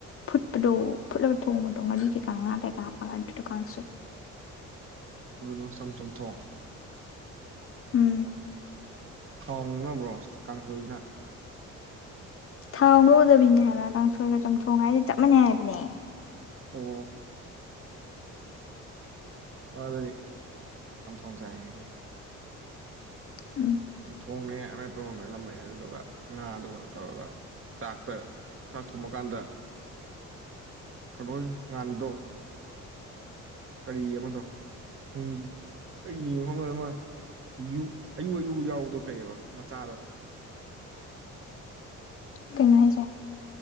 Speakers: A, on the left; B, on the right.
A: ꯐꯨꯠꯄꯗꯣ
B: ꯑꯣ
A: ꯐꯨꯠꯂ ꯊꯣꯡꯕꯗꯣ ꯉꯥꯔꯤ ꯀꯩꯀꯥ ꯉꯥ ꯀꯩꯀꯥ ꯍꯥꯞꯄꯒ ꯑꯗꯨꯗ ꯀꯥꯡꯁꯣꯏ
B: ꯑꯗꯨꯗꯨꯅ ꯆꯝ ꯆꯝ ꯆꯝꯊꯣꯡ
A: ꯎꯝ
B: ꯍꯣꯡꯅꯕ꯭ꯔꯣ ꯀꯥꯡꯁꯣꯏꯁꯤꯅ
A: ꯊꯥꯎ ꯉꯧꯗꯕꯤꯅꯦ ꯍꯥꯏꯕ ꯀꯥꯡꯁꯣꯏꯒ ꯆꯝꯊꯣꯡ ꯍꯥꯏꯗꯤ ꯆꯞ ꯃꯥꯅꯩ ꯍꯥꯏꯕꯅꯦ
B: ꯑꯣ ꯑꯣ <unintelligible> ꯆꯝꯊꯣꯡ ꯆꯥꯏ ꯉꯁꯤ
A: ꯎꯝ
B: ꯆꯝꯊ‌ꯣꯡꯅ‌ꯦ ꯑꯃꯦꯠꯄ ꯑꯃ ꯃꯦꯠꯂꯝꯃꯦ ꯑꯗꯨꯗꯨꯒ ꯉꯥꯗꯨꯒ ꯇꯧꯔꯒ ꯆꯥꯛꯇ ꯆꯥꯛ ꯊꯣꯡꯕꯀꯥꯟꯗ ꯀꯩꯅꯣ ꯉꯥꯟꯕꯗꯣ ꯀꯔꯤ ꯑꯃꯗꯣ <unintelligible> ꯈ ꯀꯔꯤ ꯃꯐꯝ ꯑꯃ ꯌꯨꯛ ꯑꯌꯨꯛ ꯑꯌꯨꯛ ꯌꯥꯎꯕꯗꯣ ꯀꯩꯑꯕ ꯃꯆꯥꯗꯣ
A: ꯀꯩꯅꯣ ꯍꯥꯏꯖꯦ